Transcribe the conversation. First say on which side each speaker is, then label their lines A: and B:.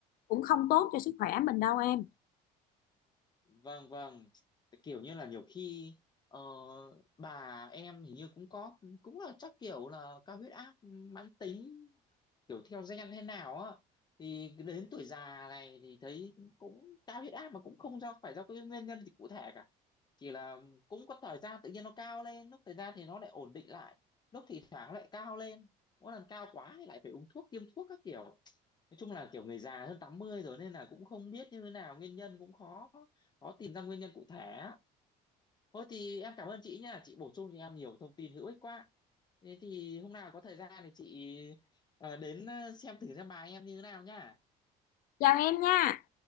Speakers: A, on the left; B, on the left.
A: cũng không tốt cho sức khỏe mình đâu em
B: vâng vâng kiểu như là nhiều khi ờ, bà em hình như cũng có cũng là chắc kiểu là cao huyết áp mãn tính kiểu theo gen thế nào á thì đến tuổi già này thì thấy cũng cao huyết áp mà cũng không do phải do cái nguyên nhân gì cụ thể cả chỉ là cũng có thời gian tự nhiên nó cao lên lúc thời gian thì nó lại ổn định lại lúc thì thoảng lại cao lên mỗi lần cao quá thì lại phải uống thuốc tiêm thuốc các kiểu nói chung là kiểu người già hơn 80 rồi nên là cũng không biết như thế nào nguyên nhân cũng khó khó tìm ra nguyên nhân cụ thể á. thôi thì em cảm ơn chị nha chị bổ sung cho em nhiều thông tin hữu ích quá thế thì hôm nào có thời gian thì chị ờ, đến ờ, xem thử xem bài em như thế nào nha
A: chào em nha